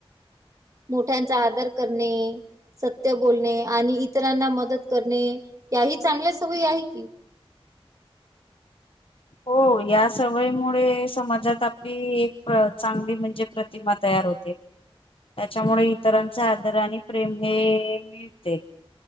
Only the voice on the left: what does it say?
हो या सवयीमुळे समाजात आपली एक चांगली म्हणजे प्रतिमा तयार होते. त्याच्यामुळे इतरांचा आदर आणि प्रेम हे मिळते.